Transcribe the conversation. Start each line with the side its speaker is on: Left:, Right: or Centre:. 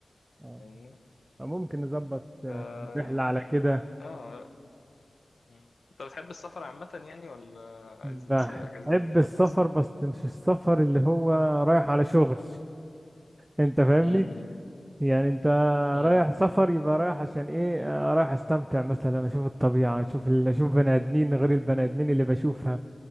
Right: آه.
Left: فاهمني
Right: فممكن نظبط آه،
Left: ف
Right: رحله على كده
Left: اه مم. أنت بتحب السفر عامة يعني ولا عايز
Right: بحب
Left: نسيب الأجازة دي وخلاص؟
Right: السفر بس مش السفر اللي هو رايح على شغل <laughs> انت فاهمني
Left: مم.
Right: يعني انت
Left: مم.
Right: رايح سفر يبقى رايح عشان ايه آه، رايح استمتع مثلا اشوف الطبيعة اشوف ال... اشوف بني ادمين غير البني ادمين اللي بشوفها